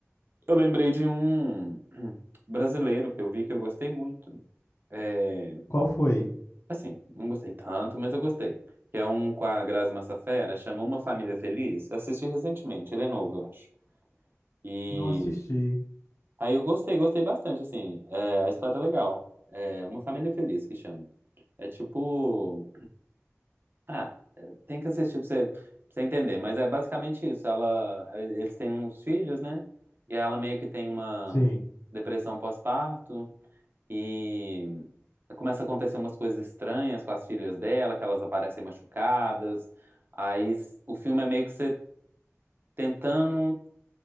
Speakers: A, on the right; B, on the left.
A: eu lembrei de um <clears throat> brasileiro que eu vi que eu gostei muito. É,
B: Qual foi?
A: Assim, não gostei tanto, mas eu gostei. Que é um com a Grazi Massafera, chama Uma Família Feliz. Eu assisti recentemente, ele é novo, eu acho. E
B: Não assisti.
A: aí eu gostei, gostei bastante, assim. É, a história é legal. É Uma Família Feliz que chama. É tipo. Ah, é, tem que assistir pra você, pra você entender, mas é basicamente isso. Ela, eles têm uns filhos, né? E ela meio que tem uma
B: Sim,
A: depressão pós-parto. E começa a acontecer umas coisas estranhas com as filhas dela, que elas aparecem machucadas. Aí s- o filme é meio que você tentando